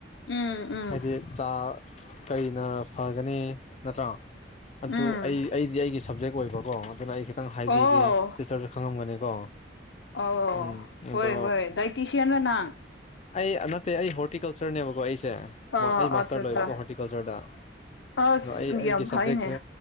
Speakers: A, on the left; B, on the left.
A: ꯎꯝ ꯎꯝ
B: ꯍꯥꯏꯗꯤ ꯆꯥ ꯀꯔꯤꯅ ꯐꯒꯅꯤ ꯅꯠꯇ꯭ꯔꯥ ꯑꯗꯨ
A: ꯎꯝ
B: ꯑꯩ ꯗꯤ ꯑꯩꯒꯤ ꯁꯞꯖꯦꯛ ꯑꯣꯏꯕꯀꯣ ꯑꯗꯨꯅ ꯑꯩ ꯈꯤꯇꯪ ꯍꯥꯏꯕꯤꯒꯦ
A: ꯑꯣ
B: ꯁꯤꯁꯇꯦꯔ ꯁꯨ ꯈꯪꯉꯝꯒꯅꯤꯀꯣ
A: ꯑꯣ
B: ꯎꯝ ꯑꯗꯣ
A: ꯍꯣꯏ ꯍꯣꯏ ꯗꯗꯥꯏꯇꯤꯁꯤꯌꯥꯟꯅ ꯅꯪ
B: ꯑꯩ ꯅꯠꯇꯦ ꯑꯩ ꯍꯣꯔꯇꯤꯀꯜꯆꯔꯅꯦꯕꯀꯣ ꯑꯩꯁꯦ
A: ꯑꯥ
B: ꯑꯩ ꯃꯥꯁꯇꯔ
A: ꯑꯠꯆꯥ ꯑꯠꯆꯥ
B: ꯂꯣꯏꯕꯀꯣ ꯍꯣꯔꯇꯤꯀꯜꯆꯔꯗ
A: ꯑꯁ
B: ꯑꯗꯣ ꯑꯩ ꯑꯩꯒꯤ
A: ꯌꯥꯝ ꯐꯩꯅꯦ
B: ꯁꯞꯖꯦꯛꯁꯦ